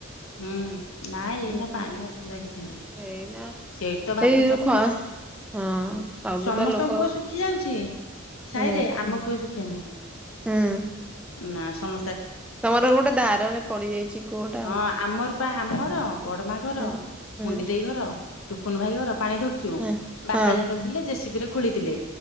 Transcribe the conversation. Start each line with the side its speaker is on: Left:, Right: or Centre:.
Left: ହୁଁ, ନାଇଁ ଏଇନା
Centre: ଉଁ
Left: ପାଣି ଅସୁବିଧା କିଛି ନାହିଁ।
Centre: ଏଇନା
Left: ସେଇଠି ତ ଭାତ
Centre: ଏଇ ଯୋଉ
Left: ତରକାରୀ
Centre: ଖ
Left: ସ
Centre: ହଁ ସବୁ
Left: ସମସ୍ତଙ୍କୁ।
Centre: ତ ଲୋକ
Left: ଶଖି ଯାଉଛି ସାହିରେ
Centre: ହୁଁ
Left: ଆମକୁୁହ ଶୁଖା ନାହିଁ
Centre: ହୁଁ
Left: ନା ସମ
Centre: ତମର ଗୋଟେ ଧାରାରେ ପଡିଯାଇଛି। କୂଅଟା
Left: ହଁ
Centre: ଆଉ
Left: ଆମର ପା ଆମର ବଡ ମା ଘର
Centre: ହୁଁ
Left: ଗୁଣ୍ଡି
Centre: ହୁଁ
Left: ଦେଇ ଘର ଟୁକୁନ ଭାଇ ଘର ପାଣି ଧରୁ। ଚୁ
Centre: ହଁ
Left: ବାପା
Centre: ହଁ
Left: ଯେତେବେଳେ ଥିଲେ ଜେସିପି ରେ ଖୋଳିଥିଲେ